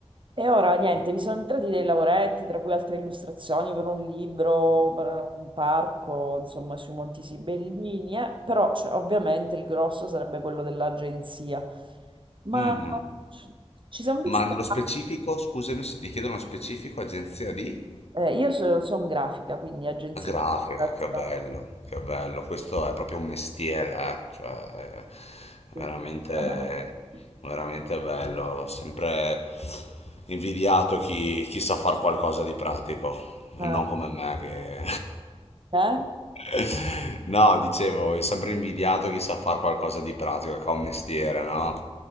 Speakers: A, on the right; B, on the left.
A: E ora niente, vi sono entrati dei lavoretti, tra cui altre illustrazioni per un libro, per un parco, insomma, sui Monti Sibellini, eh. Però cioè, ovviamente il grosso sarebbe quello dell'agenzia. Ma
B: mhm.
A: ci ci siamo visti.
B: Ma nello specifico, scusami se ti chiedo uno specifico, agenzia di?
A: Eh, io sono grafica, quindi agenzia
B: La Grafica,
A: di illustrazione.
B: che bello, che bello. Questo è proprio un mestiere, eh. Cioè, è
A: Sì.
B: è veramente,
A: <laughs>
B: veramente bello. Ho Sempre invidiato chi, chi sa far qualcosa di pratico,
A: Ah,
B: e non come me che...
A: eh?
B: <laughs> No, dicevo, è sempre invidiato chi sa far qualcosa di pratico, che ha un mestiere, no?